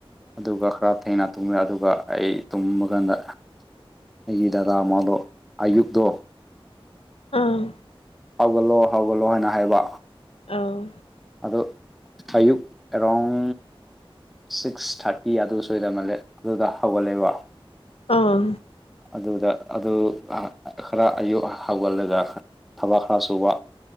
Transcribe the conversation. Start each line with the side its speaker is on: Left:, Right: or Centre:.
Centre: ꯑꯗꯨꯒ ꯈꯔ ꯊꯦꯡꯅ ꯇꯨꯝꯃꯦ ꯑꯗꯨꯒ ꯑꯩ ꯇꯨꯝꯃꯀꯥꯟꯗ ꯑꯩꯒꯤ ꯗꯗꯥ ꯃ ꯃꯥꯥꯂꯣ ꯑꯌꯨꯛꯗꯣ
Left: ꯑꯥ
Centre: ꯍꯧꯒꯠꯂꯣ ꯍꯧꯒꯠꯂꯣ ꯍꯥꯏꯅ ꯍꯥꯏꯕ
Left: ꯑꯧ
Centre: ꯑꯗꯣ ꯑꯌꯨꯛ ꯑꯦꯔꯥꯎꯟ ꯁꯤꯛꯁ ꯊꯥꯔꯇꯤ ꯑꯗꯨ ꯁꯣꯏꯗꯃꯜꯂꯦ ꯑꯗꯨꯗ ꯍꯧꯒꯜꯂꯦꯕ
Left: ꯑꯥ
Centre: ꯑꯗꯨꯗ ꯑꯗꯨ ꯈꯔ ꯑꯌꯨꯛ ꯍꯧꯒꯠꯂꯒ ꯊꯕꯛ ꯈꯔ ꯁꯨꯕ